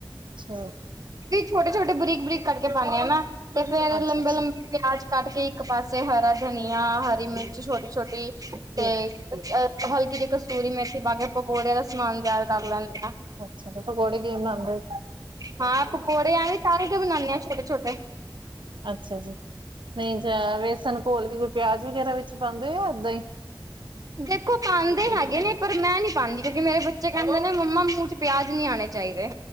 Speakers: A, on the right (about 80°); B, on the right (about 45°).
A: ਛ
B: ਵੀ ਛੋਟੇ, ਛੋਟੇ ਬਰੀਕ, ਬਰੀਕ ਕਟਕੇ ਪਾਨੇ ਆ ਨਾ ਤੇ ਫੇਰ
A: ਅੱਛਾ
B: ਲੰਬੇ,
A: ਠੀਕ
B: ਲੰਬੇ
A: ਠੀਕ
B: ਪੇਆਜ ਕਾੱਟ ਕੇ ਇੱਕ ਪਾਸੇ ਹਰਾ ਧਨੀਆ, ਹਰੀ ਮਿਰਚ ਛੋਟੀ, ਛੋਟੀ ਤੇ
A: ਠੀਕ,
B: ਹਲਕੀ ਜੀ ਕਸੂਰੀ ਮੇਥੀ ਪਾਕੇ ਪਕੌੜੇ ਦਾ ਸਮਾਨ ਤੇਆਰ ਕਾਰ ਲੈਂਦੇ ਆ।
A: ਅੱਛਾ ਤੇ ਪਕੌੜੇ ਕਿਵੇਂ ਬਣਾਉਂਦੇ ਹੋ
B: ਹਾਂ ਪਕੌੜੇ ਐਂਵੇ ਤਾੱਲ ਕੇ ਬਨਾਂਨੇ ਆਂ ਛੋਟੇ, ਛੋਟੇ।
A: ਅੱਛਾ ਜੀ, ਨਹੀਂ ਜਾ ਵੇਸਨ ਘੋਲ ਕੇ ਕੋਈ ਪੇਆਜ ਵਗੈਰਾ ਵਿੱਚ ਪਾਂਦੇ ਓ ਯਾ ਐਦਾਂ ਈ?
B: ਦੇਖੋ ਪਾਂਦੇ ਹੈਗੇ ਨੇ, ਪਰ ਮੈਂ ਨੀ ਪਾਂਦੀ ਕਿਉਂਕਿ ਮੇਰੇ ਬੱਚੇ ਕੈਂਦੇ ਨੇ ਮੰਮਾ ਮੂੰਹ ਚ ਪੇਆਜ ਨੀ ਆਣੇ ਚਾਈਦੇ।